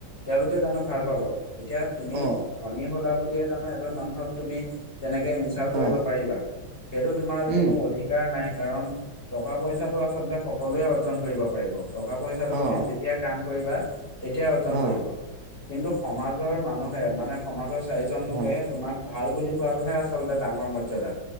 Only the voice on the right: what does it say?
অ
অ
উম
অ
অ
হয়